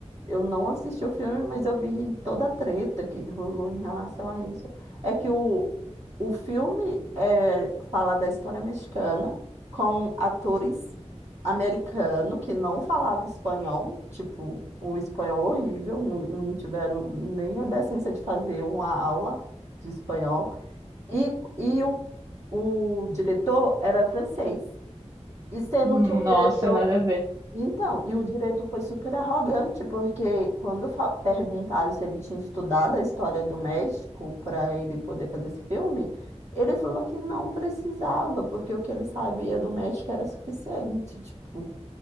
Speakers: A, on the right; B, on the right.
A: Eu não assisti o filme, mas eu vi toda a treta que rolou em relação a isso. É que o, o filme é, fala da história mexicana com atores americanos que não falavam espanhol, tipo, o espanhol horrível, não, não tiveram nem a decência de fazer uma aula de espanhol. E, e o, o diretor era francês. E sendo
B: Nossa,
A: que o diretor
B: nada a ver.
A: então, e o diretor foi super arrogante, porque quando fa- perguntaram se ele tinha estudado a história do México para ele poder fazer esse filme, ele falou que não precisava, porque o que ele sabia do México era suficiente. Tipo,